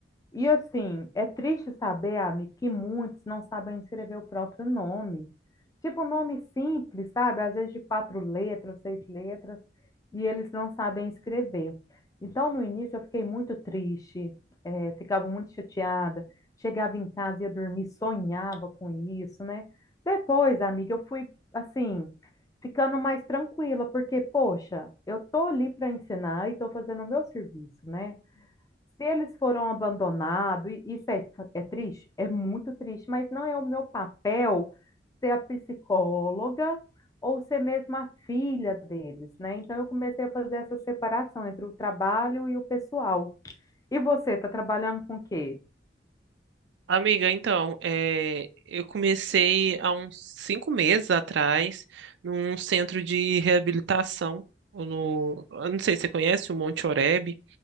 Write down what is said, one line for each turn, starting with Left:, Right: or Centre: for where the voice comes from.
Left: E assim, é triste saber, amigo, que muitos não sabem escrever o próprio nome. Tipo, um nome simples, sabe? Às vezes de quatro letras, seis letras, e eles não sabem escrever. Então, no início, eu fiquei muito triste, eh, ficava muito chateada. Chegava em casa, ia dormir, sonhava com isso, né? Depois, amiga, eu fui, assim, ficando mais tranquila, porque, poxa, eu tô ali para ensinar e tô fazendo o meu serviço, né? Se eles foram abandonados, e isso é, é triste, é muito triste, mas não é o meu papel ser a psicóloga ou ser mesmo a filha deles, né? Então eu comecei a fazer essa separação entre o trabalho e o pessoal. E você, está trabalhando com o quê?
Right: Amiga, então, é, eu comecei há uns cinco meses atrás num centro de reabilitação. No, eu não sei se você conhece o Monte Oreb,